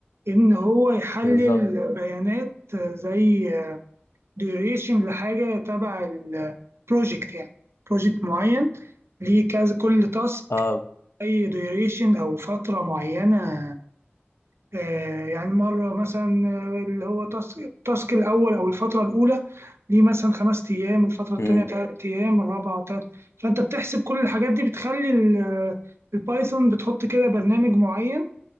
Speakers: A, on the right (about 75°); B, on the left (about 90°).
A: إن هو يحلل
B: بالظبط
A: بيانات آه، زي ديوريشن لحاجة تبع البروجكت يعني بروجكت معين ليه كذا كل تاسك
B: اه
A: أي ديوريشن أو فترة معينة آه، يعني مرة مثلا آه، اللي هو تاسك التاسك الأول أو الفترة الأولى ليه مثلا خمس أيام الفترة التانية
B: امم
A: تلات أيام الرابعة تلات فأنت بتحسب كل الحاجات دي بتخلي ال- البايثون بتحط كده برنامج معين